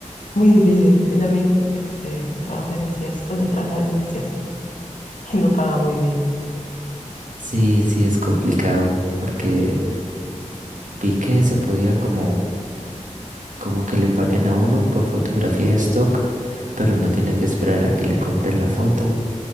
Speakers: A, on the left; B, on the right.
A: muy difícil. Yo también, este, trabajo en investigación, bueno, he trabajado en investigación. <laughs> no paga muy bien.
B: Sí, sí es complicado porque vi que se podía como, como que le paguen a uno por fotografía de stock, pero uno tiene que esperar a que le compren la foto